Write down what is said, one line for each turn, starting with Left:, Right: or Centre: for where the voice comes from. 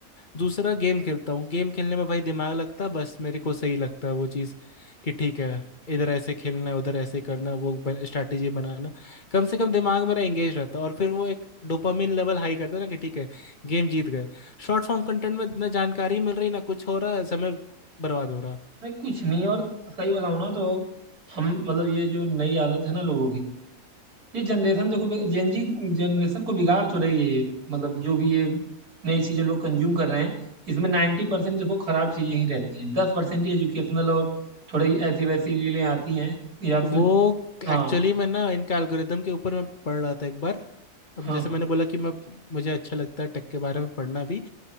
Left: दूसरा गेम खेलता हूँ गेम खेलने में भाई दिमाग लगता बस मेरे को सही लगता है वो चीज़ कि ठीक है इधर ऐसे खेलना है उधर ऐसे करना है, वो स्ट्रैटेजी बनाना कम से कम दिमाग मेरा एंगेज रहता है। और फिर वो एक डोपामिन लेवल हाई करता है ना कि ठीक है गेम जीत गए शॉर्ट फॉर्म कंटेंट में ना जानकारी मिल रही ना कुछ हो रहा है समय बर्बाद हो रहा
Right: नहीं कुछ नहीं और सही बताऊं ना तो हम मतलब ये जो नई आदत है ना लोगों की ये जनरेशन देखो जेनजी जनरेशन को बिगाड़ तो रही है ये मतलब जो भी ये नई चीजें लोग कंज्यूम कर रहे हैं इसमें नाइन्टी परसेंट देखो खराब चीजें ही रहती हैं दस परसेंट ही एजुकेशनल और थोड़ी ऐसी वैसी रीलें आती हैं या
Left: वो
Right: फिर हाँ
Left: एक्चुअली मैं ना इनका एल्गोरिदम के ऊपर मैं पढ़ रहा था एक बार अब
Right: हाँ
Left: जैसे मैंने बोला कि मैं मुझे अच्छा लगता है टेक के बारे में पढ़ना भी